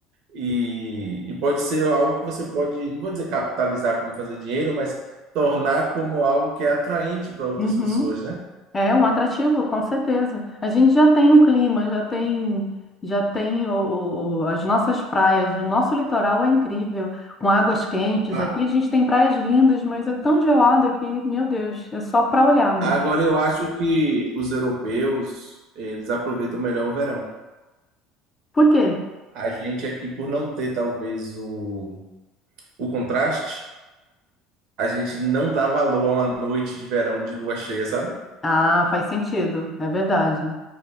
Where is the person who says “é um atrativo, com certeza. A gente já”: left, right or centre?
Left